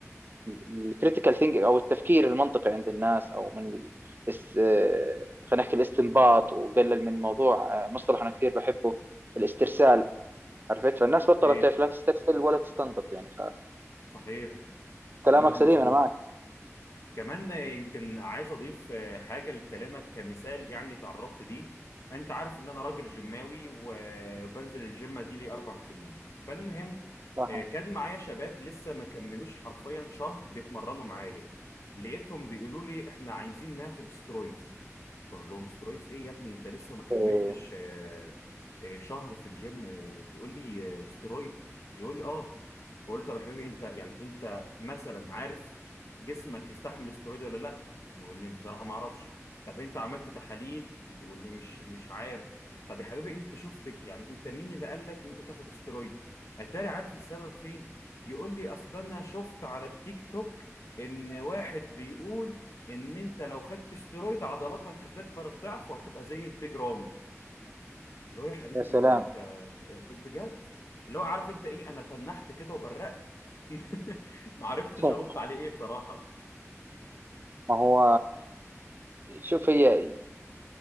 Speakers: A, on the right; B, on the left.
A: من الكريتيكال ثينك او التفكير المنطقي عند الناس او من ال- الس- آه، خلينا نحكي الاستنباط وقلل من موضوع آه، مصطلح انا كثير بحبه الاسترسال عرفت فالناس
B: اكيد
A: بطلت تعرف لا تسترسل ولا تستنبط يعني
B: صحيح
A: فكلامك
B: كلامك
A: سليم
B: مظبوط
A: انا معك
B: كمان يمكن عايز اضيف آه، حاجه لكلامك كمثال يعني تعرضت ليه انت عارف ان انا راجل جماوي وبنزل الجيم دي لي اربع سنين فالمهم
A: صح
B: آه، كان معايا شباب لسه ما كملوش حرفيا شهر بيتمرنوا معايا لقيتهم بيقولوا لي احنا عايزين ناخد استرويد بقول لهم استرويس ايه يا ابني انت لسه ما كملتش
A: إيه.
B: آه، آه، شهر في الجيم وتقول لي آه، استرويد يقول لي اه بقول له طب يا حبيبي انت يعني انت مثلا عارف جسمك يستحمل استرويد ولا لا يقول لي بصراحه ما اعرفش طب انت عملت تحاليل يقول لي مش مش عارف طب يا حبيبي انت شفت يعني انت مين اللي قال لك ان انت تاخد استرويد اتاري عارف السبب فين يقول لي اصل انا شفت على التيك توك ان واحد بيقول ان انت لو خدت استرويد عضلاتك هتكبر الضعف وهتبقى زي البيج رامي اللي هو يا حبيبي
A: يا سلام
B: انت انت بجد اللي هو عارف انت ايه انا تنحت كده وبرقت <laughs> ما عرفتش
A: <laughs>
B: ارد عليه ايه بصراحة
A: ما هو شوف هي